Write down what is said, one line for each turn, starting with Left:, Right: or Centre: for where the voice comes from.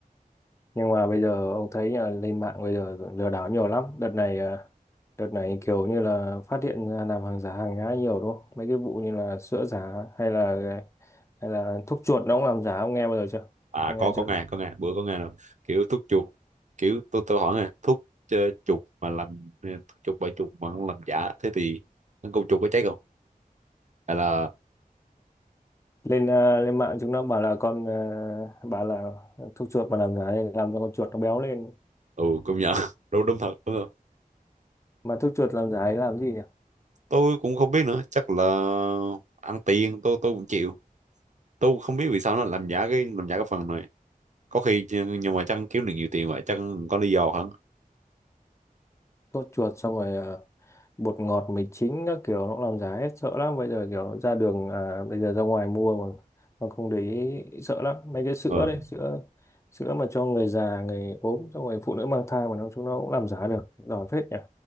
Left: nhưng mà bây giờ ông thấy là lên mạng bây giờ lừa đảo nhiều lắm đợt này à, đợt này kiểu như là phát hiện ra làm hàng giả hàng nhái nhiều đúng không mấy cái vụ như là sữa giả hay là hay là thuốc chuột nó cũng làm giả ông nghe bao giờ chưa
Right: à
Left: ông
Right: có
Left: nghe chưa
Right: có nghe có nghe bữa có nghe rồi kiểu thuốc chuột kiểu tôi tôi hỏi nè thuốc ờ, chuột mà làm ờ, thuốc chuột bởi chuột mà không làm giả thế thì con chuột có cháy không hay là
Left: lên à, lên mạng chúng nó bảo là con à, bảo là thuốc chuột mà làm giả đây làm cho con chuột nó béo lên
Right: ừ công nhận <laughs> đúng đúng thật đúng thật
Left: mà thuốc chuột làm giả ấy làm gì nhỉ
Right: tôi cũng không biết nữa chắc là ăn tiền tôi tôi cũng chịu tôi cũng không biết vì sao nó làm giả cái làm giả cái phần này có khi chứ- nhưng mà chắc kiếm được nhiều tiền vậy chắc có lý do hẳn
Left: sốt chuột xong rồi ờ, bột ngọt mì chính các kiểu nó cũng làm giá hết sợ lắm bây giờ kiểu ra đường à, bây giờ ra ngoài mua mà mà không để ý sợ lắm mấy cái sữa
Right: ừ.
Left: đấy sữa sữa mà cho người già người ốm xong rồi phụ nữ mang thai mà nó chúng nó cũng làm giá được giỏi phết nhỉ